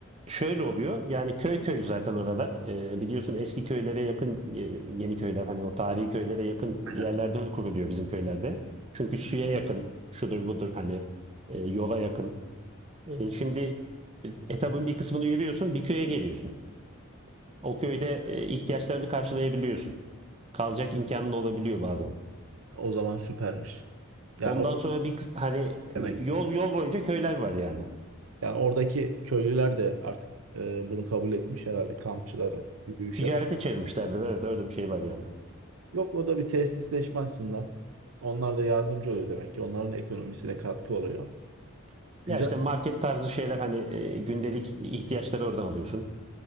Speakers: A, on the right; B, on the right.
A: Şöyle oluyor. Yani köy köy zaten oralar. Ee, biliyorsun eski köylere yakın e, yeni köyler hani o tarihi köylere yakın
B: Aynen.
A: yerlerde kuruluyor bizim köylerde. Çünkü suya yakın, şudur budur hani e, yola yakın. E, şimdi etabın bir kısmını yürüyorsun, bir köye geliyorsun. O köyde e, ihtiyaçlarını karşılayabiliyorsun. Kalacak imkanın olabiliyor bazen.
B: O zaman süpermiş. Yani
A: Ondan
B: o
A: sonra bir kıs- hani e,
B: demek.
A: yol yol boyunca köyler var yani.
B: Yani oradaki köylüler de artık e, bunu kabul etmiş herhalde kampçıları yürüyüş
A: Ticarete
B: yap.
A: çevirmişlerdir. Evet öyle bir şey var yani.
B: Yok o da bir tesisleşme açısından. Onlar da yardımcı oluyor demek ki. Onların da ekonomisine katkı oluyor. Güzel
A: Ya işte market tarzı şeyler hani e, gündelik ihtiyaçları oradan alıyorsun.